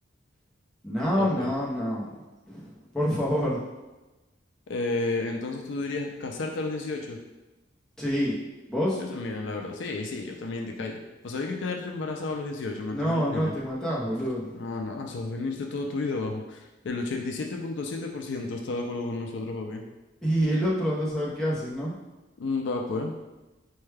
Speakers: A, in the centre; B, on the left.
A: <laughs> No,
B: ah,
A: no,
B: pues.
A: no. Por favor.
B: Eh, entonces tú dirías casarte a los dieciocho
A: Sí. ¿Vos?
B: Yo también, la verdad. Sí, sí, yo también te callo. pues sabés que es quedarte embarazado a los 18 mantener
A: No,
B: un
A: no,
B: nene.
A: te matás, boludo.
B: No, no, eso es venirte toda tu vida abajo. El ochenta y siete siete punto siete por ciento está de acuerdo con nosotros, papi.
A: Y el otro andás a ver qué hacen, ¿no?
B: Mm, Va, pues.